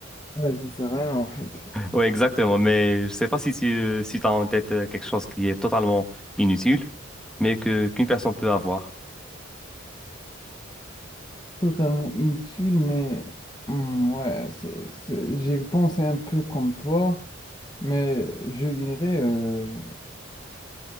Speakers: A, on the left; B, in the centre.
A: Ouais, ça sert à rien, en fait.
B: Oui, exactement. Mais je sais pas si tu si t'as en tête euh, quelque chose qui est totalement inutile, mais que qu'une personne peut avoir.
A: Totalement inutile, mais hum, ouais, c'est, c'est- j'ai pensé un peu comme toi. Mais je dirais, euh,